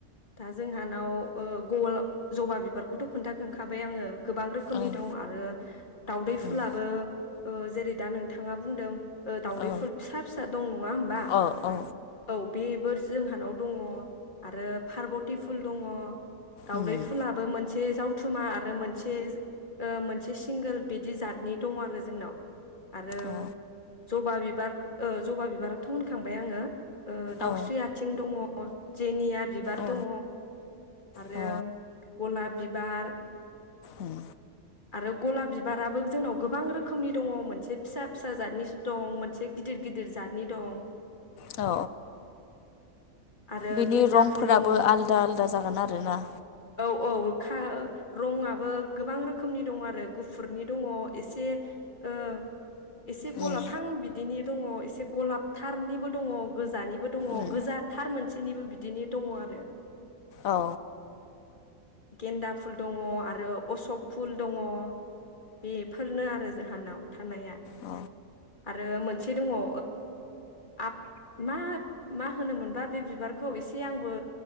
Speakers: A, on the left (about 35°); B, on the left (about 75°).
A: दा जोंहानाव ओ गल जबा बिबारखौथ' खोन्थाखांखाबाय आङो। गोबां रोखोमनि
B: ओं
A: दं आरो दावदै फुलाबो
B: उम
A: ओ जेरै दा नोंथाङा बुंदों। ओ दाउदै
B: औ
A: फुल फिसा फिसा दं नङा होमबा।
B: अ औ
A: औ बेबोर जोंहानाव दङ आरो पार्बति फुल दङ। दावदै
B: उम
A: फुलाबो मोनसे जाव थुमा आरो मोनसे ओ मोनसे सिंगोल बिदि जातनि दं आरो जोंनाव आरो
B: अ
A: ज'बा बिबार ओ ज'बा बिबाराथ' होनखांबाय आङो ओ दाउस्रि
B: औ
A: आथिं दङ अ जेनियाद बिबार
B: औ
A: दङ आरो
B: औ
A: गलाप बिबार
B: उम
A: आरो गलाब बिबाराबो जोंनाव गोबां रोखोमनि दङ मोनसे फिसा फिसा जादनिसो दं मोनसे गिदिर गिदिर जातनि दं।
B: औ अ
A: आरो
B: बिनि
A: गेन्दा
B: रंफोराबो
A: फुल दङ औ
B: आलदा आलदा जागोन आरोना?
A: औ खा रंआबो गोबां रोखोमनि दङ आरो गुफुरनि दङ एसे ओ एसे गलाफहां
B: उम
A: बिद दङ एसे गलाबथारनिबो दङ गोजानिबो दङ
B: उम
A: गोजाथार मोनसेनिबो बिदिनो दङ आरो
B: औ
A: गेन्दा फुल दङ आरो अशक फुल दङ बेफोरनो आरो जाहानाव थानाया
B: अ
A: आरो मोनसे दङ ओ आब मा मा होनोमोनबा बे बिबारखौ एसे आंबो